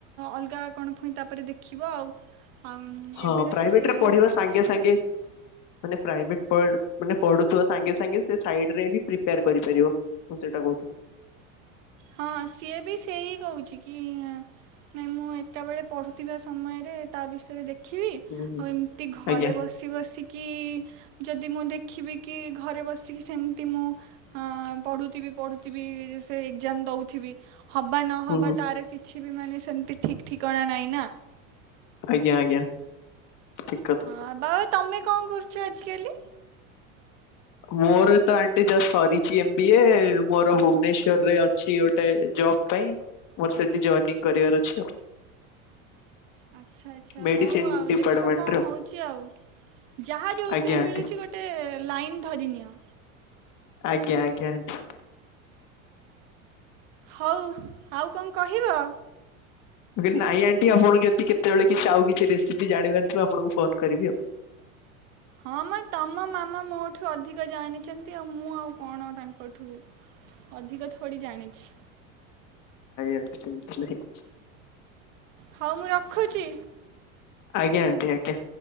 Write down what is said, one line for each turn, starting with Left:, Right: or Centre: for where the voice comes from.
Right: ଅଲଗା କଣ ପୁଣି ତାପରେ ଦେଖିବ ଆଉ ଆମ
Left: ହଁ
Right: ଏବେ ତ
Left: ପ୍ରାଇଭେଟରେ
Right: ସେ ସେୟା ହିଁ
Left: ପଢିବା
Right: କହୁଛି।
Left: ସାଙ୍ଗେ ସାଙ୍ଗେ ମାନେ ପ୍ରାଇଭେଟ ପଢ଼ ମାନେ ପଢୁଥିବା ସାଙ୍ଗେ ସାଙ୍ଗେ ସେ ସାଇଡ୍ ରେ ହିଁ ପ୍ରିପେୟାର କରିପାରିବ ମୁଁ ସେଇଟା କହୁଥିଲି।
Right: ହଁ ସିଏ ବି ସେଇ କହୁଛି କି ନାଇଁ ମୁଁ ଏକାବେଳେ ପଢୁଥିବା ସମୟରେ ତା ବିଷୟରେ ଦେଖ ଦେଖିବି
Left: ହୁଁ ହୁଁ
Right: ଆଉ ଏମିତି ଘରେ
Left: ଆଜ୍ଞା
Right: ବସି ବସି କି ଯଦି ମୁଁ ଦେଖିବି କି ଘରେ ବସିକି ସେମିତି ମୁଁ ଅ ପଢୁଥିବି ପଢୁଥିବି ସେ ଏକଜାମ୍ ଦଉଥିବି ହବା ନହବା
Left: ହୁଁ ହୁଁ
Right: ତାର କିଛି ଏଠି ବି ମାନେ ସେମତି ଠିକ୍ ଠିକଣା ନାଇଁ ନା।
Left: ଆଜ୍ଞା ଆଜ୍ଞା। ଠିକ କଥା।
Right: ହଁ ବଅତ୍ ତମେ କଣ କରୁଛ ଆଜିକାଲି?
Left: ମୋର ତ ଆଣ୍ଟି ଜଷ୍ଟ ସରିଛି ଏମ୍ ବି ଏ ମୋର ଭୁବନେଶ୍ଵରରେ ଅଛି ଗୋଟେ ଜବ ପାଇଁ ମୋର ସେଠି ଜଏନିଂ କରିବାର ଅଛି ଆଉ।
Right: ଆଚ୍ଛା ଆଚ୍ଛା
Left: ମେଡିସିନ
Right: ହଉ ଆଉ
Left: ଡିପାର୍ଟମେଣ୍ଟରେ
Right: ଦେଖ କଣ ହଉଛି ଆଉ ଯାହା ଯୋଉଥିରେ
Left: ଆଜ୍ଞା ଆଣ୍ଟି।
Right: ମିଳୁଛି ଗୋଟେ ଲାଇନ୍ ଧ ରି ନିଅ।
Left: ଆଜ୍ଞା ଆଜ୍ଞା ଆଣ୍ଟୀ।
Right: ହଉ। ଆଉ କଣ କହିବ?
Left: ମୁଁ କହିଲି ନାଇଁ ଆଣ୍ଟି ଆପଣଙ୍କୁ ଏମତି କେତେବେଳେ କିଛି ଆଉ କିଛି ରେସିପି ଜାଣିବାର ଥିବ ଆପଣଙ୍କୁ ଫୋନ କରିବି ଆଉ।
Right: ହଁ ମ ତମ ମାମା ମୋଠୁ ଅଧିକ ଜାଣିଛନ୍ତି ଆଉ ମୁଁ ଆଉ କଣ ତାଙ୍କଠୁ ଅଧିକ ଥୋଡି ଜାଣିଛି।
Left: ଆଣ୍ଟି ସେମତି ନାଇଁ।
Right: ହଉ ମୁଁ ରଖୁଛି।
Left: ଆଜ୍ଞା ଆଣ୍ଟି ଆଜ୍ଞା।